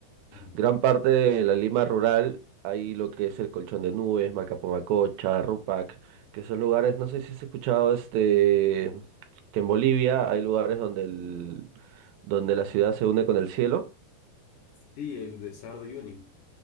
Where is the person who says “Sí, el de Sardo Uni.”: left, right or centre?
Left